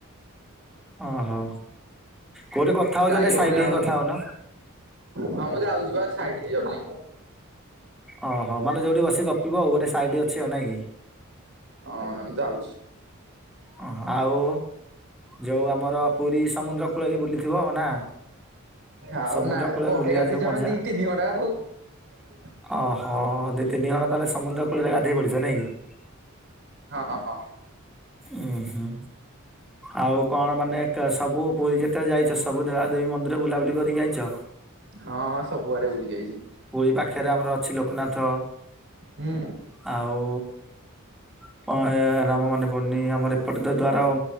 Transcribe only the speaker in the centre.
ଓହୋ କୋଉଠି କଥା ହଉଛ
ଟିକେ
ସାଇଟ୍ ହେଇକି
କଥା ହଉନ।
ଅହଁ ମାନେ ଯଉଠି ବସି ଗପିବ ଆଉ ଗୋଟେ ସାଇଟ୍ ଅଛି ଆଉ ନାଇଁ କି।
ଅଁ ହଁ ଆଉ ଯୋଉ ଆମର ପୁରୀ ସମୁଦ୍ର କୂଳ ବି ବୁଲିଥିବ ନା।
ସମୁଦ୍ର
କୂଳରେ
ବୁଲିବା
ଯୋଉ
ମଜା
ଅହ ଦି ତିନି ଘଣ୍ଟା ତାହେଲେ ସମୁଦ୍ର କୂଳରେ ଗାଧେଇ ପଡ଼ିଚ ନାଇଁ କି?
ଉୁଁ ହୁଁ ଆଉ କଣ ମାନେ କ ସବୁ ପୁରୀ ଯେତବେଳେ ଯାଇଚ ସ୍ ସବୁ ଦେବାଦେବୀ ମନ୍ଦିର ବୁଲାବୁଲି କରିକି ଆଇଛ।
ହୁଳି ପାଖେରେ ଆମର ଅଛି ଲୋକନାଥ
ଆଉ <unintelligible> ହେରା ଆମର ମନେ ପନି ଆମର ଏପଟେ ତ ଦ୍ଵାରା ଆଉ।